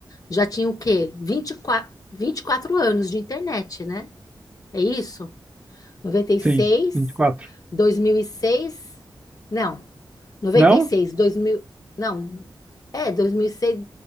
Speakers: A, on the left; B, on the right.
A: Já tinha o quê? Vinte e quatro vinte e quatro anos de internet, né? É isso? Noventa e seis,
B: Sim, Vinte e quatro.
A: dois mil e seis? não, Noventa
B: Não?
A: e seis, dois mil? não, é 2006,